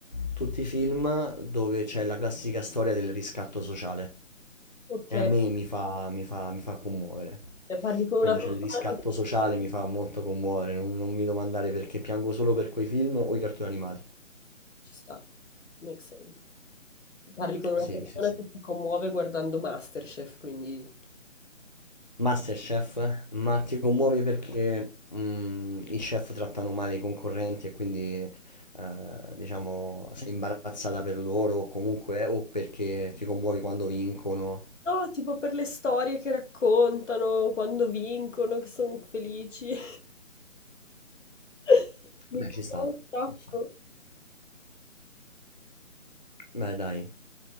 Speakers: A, on the left; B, on the left.
A: tutti i film dove c'è la classica storia del riscatto sociale.
B: Ok,
A: E
B: e
A: a me mi fa, mi fa- mi fa commuovere.
B: parli con
A: Quando
B: una persona
A: c'è il riscatto
B: che
A: sociale mi fa molto commuovere, non, non mi domandare perché piango solo per quei film o i cartoni animati.
B: ci sta, make sense. Parli con una
A: Sì,
B: persona
A: sì, sì.
B: che ti commuove guardando MasterChef, quindi...
A: Masterchef, ma ti commuovi perché mh, i chef trattano male i concorrenti e quindi eh, diciamo sei imbarazzata per loro o comunque eh, o perché ti commuovi quando vincono.
B: No, tipo per le storie che raccontano, quando vincono, che sono felici. <laughs> Mi
A: Beh,
B: commuove
A: ci sta,
B: un sacco.
A: ci sta. Beh, dai.